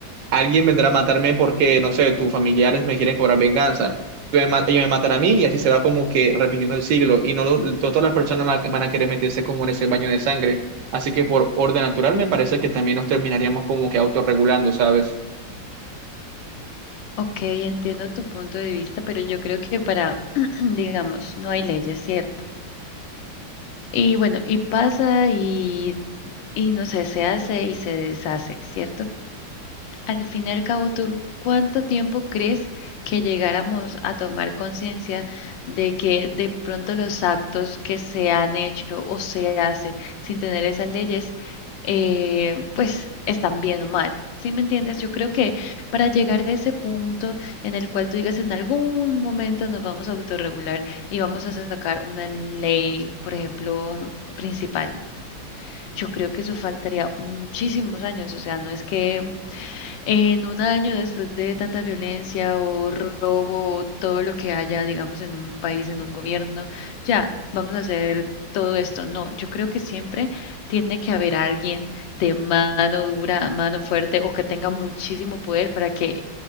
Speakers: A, on the right; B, on the left.
A: alguien vendrá a matarme porque, no sé, tus familiares me quieren cobrar venganza. Tú me ma- Ellos me matan a mí y así se va como que repitiendo el siglo. Y no lo- todas las personas van van a querer meterse como en ese baño de sangre. Así que por orden natural me parece que también nos terminaríamos como que autorregulando, ¿sabes?
B: Ok, entiendo tu punto de vista, pero yo creo que para, <clears throat> digamos, no hay leyes, ¿cierto? Y bueno, y pasa y, y no sé, se hace y se deshace, ¿cierto? Al fin y al cabo, ¿tú cuánto tiempo crees que llegáramos a tomar conciencia de que de pronto los actos que se han hecho o se hacen sin tener esas leyes, eh, pues están bien o mal? ¿Sí me entiendes? Yo creo que para llegar a ese punto en el cual tú digas en algún momento nos vamos a autorregular y vamos a sacar una ley, por ejemplo, principal, yo creo que eso faltaría muchísimos años. O sea, no es que en un año después de tanta violencia o robo o todo lo que haya, digamos, en un país, en un gobierno, ya, vamos a hacer todo esto. No, yo creo que siempre tiene que haber alguien de mano dura, mano fuerte o que tenga muchísimo poder para que